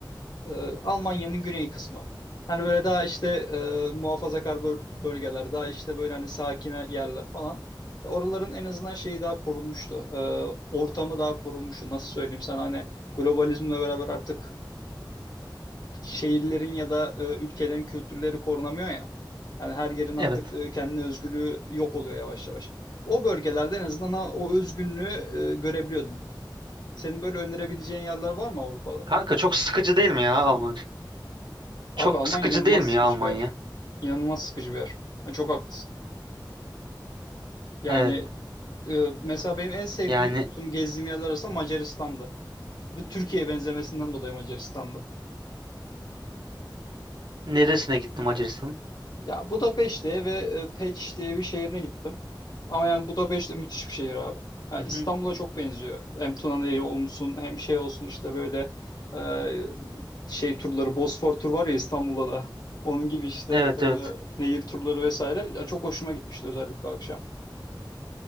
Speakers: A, on the left; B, on the right.
A: e, Almanya'nın güney kısmı. Hani böyle daha işte e, muhafazakar böl- bölgeler, daha işte böyle hani sakin yerler falan. E, Oraların en azından şeyi daha korunmuştu. E, ortamı daha korunmuştu. Nasıl söyleyeyim sana hani globalizmle beraber artık şehirlerin ya da e, ülkelerin kültürleri korunamıyor ya. Yani her yerin
B: Evet.
A: artık e, kendine özgürlüğü yok oluyor yavaş yavaş. O bölgelerde en azından ha- o özgünlüğü e, görebiliyordum. Senin böyle önerebileceğin yerler var mı Avrupa'da?
B: Kanka çok sıkıcı değil mi ya Almanya?
A: Abi
B: Çok
A: Almanya
B: sıkıcı
A: inanılmaz
B: değil mi
A: sıkıcı
B: ya Almanya?
A: bir yer. İnanılmaz sıkıcı bir yer. Yani çok haklısın. Yani
B: Evet.
A: e, mesela benim en sevdiğim
B: Yani
A: tüm gezdiğim yerler arasında Macaristan'dı. Ve Türkiye'ye benzemesinden dolayı Macaristan'dı.
B: neresine gittim Macaristan'ın?
A: Ya Budapeşte'ye ve e, Peç diye bir şehrine gittim. Ama yani Budapeşte de müthiş bir şehir abi. Ha,
B: Hı
A: İstanbul'a
B: hı.
A: çok benziyor. Hem Tuna'yı olsun hem şey olsun işte böyle e, şey turları Bosfor tur var ya İstanbul'da da. Onun gibi işte
B: Evet
A: e,
B: evet.
A: nehir turları vesaire. Ya çok hoşuma gitmişti özellikle akşam.